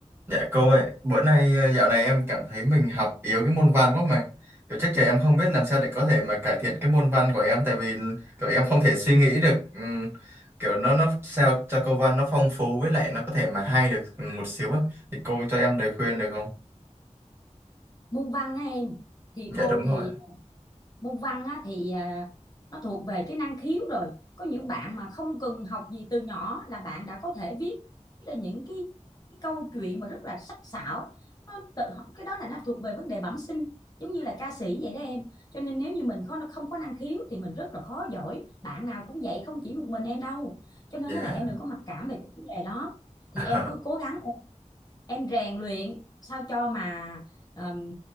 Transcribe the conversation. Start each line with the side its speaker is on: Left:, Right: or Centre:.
Right: Dạ cô ơi, bữa nay ờ, dạo này em cảm thấy mình học yếu cái môn văn quá mà. Kiểu chắc chắn em không biết làm sao để có thể mà cải thiện cái môn văn của em tại vì kiểu em không thể suy nghĩ được ừm, kiểu nó nó sao cho câu văn nó phong phú với lại nó có thể mà hay được một xíu á. Thì cô cho em lời khuyên được không?
Left: môn văn á em thì
Right: Dạ
Left: cô
Right: đúng rồi.
Left: thì môn văn á thì à, nó thuộc về cái năng khiếu rồi có những bạn mà không cần học gì từ nhỏ là bạn đã có thể viết ra những cái, câu chuyện mà rất là sắc sảo nó tự cái đó là nó thuộc về vấn đề bẩm sinh giống như là ca sĩ vậy đó em cho nên nếu như mình có không có năng khiếu thì mình rất là khó giỏi bạn nào cũng vậy không chỉ một mình em đâu cho nên
Right: Dạ.
Left: nó là em đừng có mặc cảm về cái vấn đề đó thì
Right: <laughs>
Left: em cứ cố gắng em rèn luyện sao cho mà ờm,